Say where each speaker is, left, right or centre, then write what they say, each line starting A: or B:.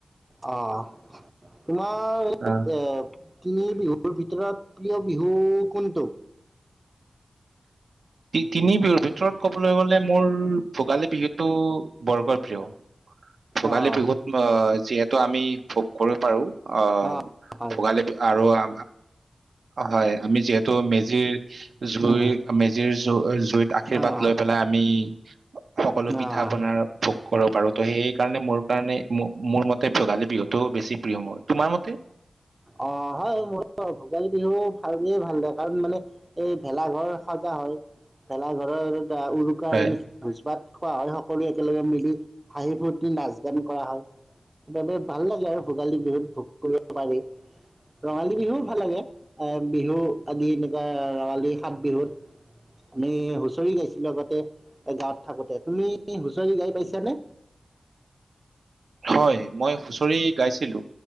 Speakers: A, on the right; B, on the right.
A: অহ তোমাৰ এই
B: আহ,
A: এ তিনি বিহুৰ ভিতৰত প্ৰিয় বিহু কোনটো?
B: তিনি বিহুৰ ভিতৰত ক'বলৈ গলে মোৰ ভোগালী বিহুতটো বৰকৈ প্ৰিয়। ভোগালী
A: অঁ
B: বিহুত যিহে ত আমি ভোগ কৰিব পাৰো। অ
A: অঁ হয়
B: ভোগালী আৰু অ হয় আমি যিহেতু মেজিৰ জুই
A: উম,
B: মেজিৰ জুই জুইত আশীৰ্বাদ
A: অঁ
B: লৈ পেলাই আমি সকলো পিঠা
A: অঁ
B: পনাৰ ভোগ কৰিব পাৰো ত' সেই সেই কাৰণে মোৰ কাৰণে মোৰ মতে ভোগালী বিহুতটোও বেছি প্ৰিয় মোৰ। তোমাৰ মতে
A: অ হয় মোৰ ভোগালী বিহু ভাল বুলি ভা ভাল কাৰণ মানে এই ভেলা ঘৰ সাজা হয়। ভেলাঘৰৰ এ উৰুকাৰ
B: হয়
A: নিচ ভোজপাত খোৱা হয় সকলো একেলগে মিলি হাঁহি ফূৰ্তি, নাচ গান কৰা হয় সেইবাবে ভাল লাগে আৰু ভোগালী বিহুত ভ কৰিব পাৰি ৰঙালী বিহুও ভাল লাগে এ বিহু আদি এনেকুৱা ৰঙালী সাত বিহুত আমি হুঁচৰি গাইছিলো লগতে গাঁৱত থাকোতে। তুমি হুচৰি গাই পাইছা? কেনে?
B: হয় মই হুচৰি গাইছিলো,